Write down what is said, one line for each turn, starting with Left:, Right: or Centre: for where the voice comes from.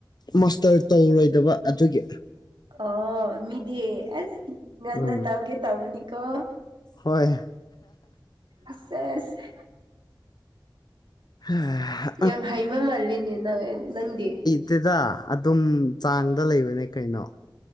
Left: ꯃꯥꯁꯇꯔ ꯇꯧꯔꯣꯏꯗꯕ ꯑꯗꯨꯒꯤ
Right: ꯑ ꯃꯤꯗꯤ ꯑꯁ ꯉꯥꯟꯅ
Left: ꯎꯝ
Right: ꯇꯧꯒꯦ ꯇꯧꯔꯅꯤ ꯀꯣ
Left: ꯍꯣꯏ
Right: ꯑꯁꯦꯁ
Left: UNINTELLIGIBLE
Right: ꯌꯥꯝ ꯍꯩꯕ ꯃꯥꯜꯂꯤꯅꯦ ꯅ ꯅꯪꯗꯤ
Left: ꯑꯗꯨꯗ ꯑꯗꯨꯝ ꯆꯥꯡꯗ ꯂꯩꯕꯅꯦ ꯀꯩꯅꯣ